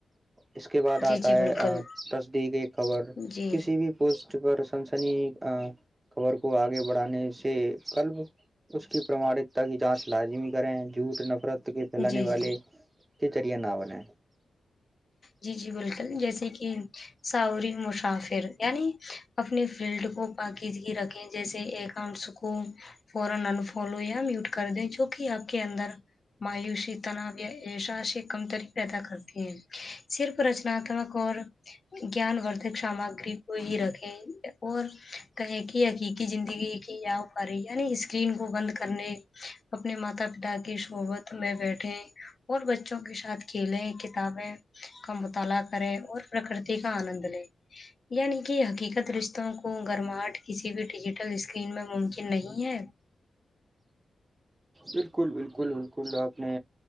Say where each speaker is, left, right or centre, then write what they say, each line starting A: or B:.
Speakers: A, on the right; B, on the left.
A: اس کے بعد
B: جی
A: آتا
B: جی
A: ہے
B: بالکل
A: تصدیق خبر
B: جی
A: کسی بھی پوسٹ پر سنسنی خبر کو آگے بڑھانے سے کلب اس کی پراماکتا کی جانچ لازمی کریں جھوٹ نفرت کے پھیلانے
B: جی جی
A: والے کےچرییا نہ بنیں
B: جی جی بالکل جیسے کہ ساوری مسافر یعنی اپنی فیلڈ کو پاکیزگی رکھیں جیسے اکاؤنٹس کو فورن انفالو یا میوٹ کر دیں جو کہ آپ کے اندر مایوسی تناؤ یا ایشا سے کمتری پیدا کرتے ہیں صرف رچناتمک اور جان ودک سامگری کو ہی رکھیں اور کہیں کہ حقیق کی زندگی ایک ہی آ پا رہی یعنی اسکرین کو بند کرنے اپنے ماتا پتا کی شحبت میں بیٹھے اور بچوں کے ساتھ کھیلیں کتابیں کا مطالعہ کرے اور پرکرتی کا آنند لے یعنی کہ حقیقت رشتوں کو گرماہٹ کسی بھی ڈیجیٹل اسکرین میں ممکن نہیں ہے
A: بالکل بالکل بالکل آپ نے